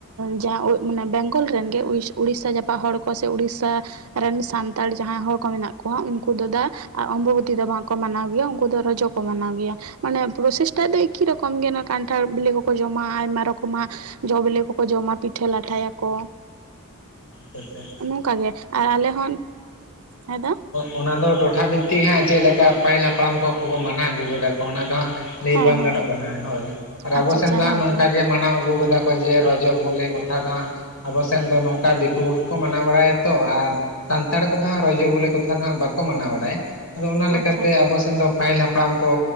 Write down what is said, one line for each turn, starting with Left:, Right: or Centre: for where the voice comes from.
Right: ᱡᱟᱦᱟᱸ ᱢᱟᱱᱮ ᱵᱮᱝᱜᱚᱞ ᱨᱮᱱᱜᱮ ᱩᱲᱤᱥᱟ ᱡᱟᱯᱟᱜ ᱦᱚᱲ ᱠᱚ ᱥᱮ ᱩᱲᱤᱥᱟ ᱨᱮᱱ ᱥᱟᱱᱛᱟᱲ ᱡᱟᱦᱟᱸᱭ ᱦᱚᱲ ᱠᱚ ᱢᱮᱱᱟᱜ ᱠᱚᱣᱟ ᱩᱱᱠᱩ ᱫᱚ ᱫᱟ ᱟᱨ ᱚᱢᱵᱚᱵᱚᱛᱤ ᱫᱚ ᱵᱟᱝᱠᱚ ᱢᱟᱱᱟᱣ ᱜᱮᱭᱟ ᱩᱱᱠᱩ ᱫᱚ ᱨᱚᱡᱚ ᱠᱚ ᱢᱟᱱᱟᱣ ᱜᱮᱭᱟ ᱢᱟᱱᱮ ᱯᱨᱚᱥᱮᱥᱴᱟᱜ ᱫᱚ ᱮᱠᱤ ᱨᱚᱠᱚᱢ ᱜᱮ ᱠᱟᱱᱴᱷᱟᱲ ᱵᱤᱞᱤ ᱠᱚᱠᱚ ᱡᱚᱢᱟ ᱟᱭᱢᱟ ᱨᱚᱠᱚᱢᱟᱜ ᱡᱚ ᱵᱤᱞᱤ ᱠᱚᱠᱚ ᱡᱚᱢᱟ ᱯᱤᱴᱷᱟᱹ ᱞᱟᱴᱷᱟᱭᱟᱠᱚ
Left: ᱯᱚᱭᱥᱟᱹ
Right: ᱱᱚᱝᱠᱟ ᱜᱮ ᱟᱨ ᱟᱞᱮ ᱦᱚᱸ ᱦᱮᱸ ᱫᱟ
Left: ᱚᱱᱟ ᱫᱚ ᱴᱚᱴᱷᱟ ᱵᱷᱤᱛᱤᱠ ᱦᱟᱸᱜ ᱪᱮᱫ ᱞᱮᱠᱟ ᱯᱟᱹᱦᱤᱞ ᱦᱟᱯᱲᱟᱢ ᱠᱚᱠᱚ ᱢᱟᱱᱟᱣ ᱟᱹᱜᱩ ᱠᱟᱫᱟ ᱠᱚ ᱚᱱᱟ ᱫᱚ ᱦᱟᱸᱜ ᱞᱟᱹᱭ
Right: ᱦᱮᱸ
Left: ᱵᱟᱝ
Right: ᱦᱮᱸ
Left: ᱜᱟᱱᱚᱜ ᱠᱟᱱᱟ ᱦᱳᱭ ᱟᱨ ᱟᱵᱚ
Right: ᱟᱪᱪᱷᱟ
Left: ᱥᱮᱱ
Right: ᱟᱪᱪᱷᱟ
Left: ᱫᱚ ᱦᱟᱸᱜ
Right: ᱦᱮᱸ
Left: ᱱᱚᱝᱠᱟ
Right: ᱛᱚ ᱫᱟ
Left: ᱜᱮ ᱢᱟᱱᱟᱣ ᱟᱹᱜᱩ ᱠᱟᱫᱟ ᱚᱡᱮ ᱨᱚᱡᱚ ᱵᱚᱞᱮ ᱠᱚᱛᱷᱟ ᱫᱚ ᱦᱟᱸᱜ ᱟᱵᱚ ᱥᱮᱱ ᱫᱚ ᱱᱚᱝᱠᱟ ᱫᱤᱠᱩ ᱠᱚᱜᱮ ᱠᱚ ᱢᱟᱱᱟᱣ ᱵᱟᱲᱟᱭᱟᱛᱚ ᱟᱨ ᱥᱟᱱᱛᱟᱲ ᱠᱚᱫᱚ ᱦᱟᱸᱜ ᱨᱚᱡᱚ ᱵᱚᱞᱮ ᱠᱚ ᱠᱟᱛᱷᱟ ᱫᱚ ᱦᱟᱸᱜ ᱵᱟᱠᱚ ᱢᱟᱱᱟᱣ ᱵᱟᱲᱟᱭᱟ ᱟᱫᱚ ᱚᱱᱟ ᱞᱮᱠᱟᱛᱮ
Right: ᱟᱪᱪᱷᱟ ᱟᱪᱪᱷᱟ
Left: ᱟᱵᱚ ᱥᱮᱱ ᱫᱚ ᱯᱟᱦᱤᱞ ᱦᱟᱯ ᱦᱟᱯᱲᱟᱢ ᱠᱚ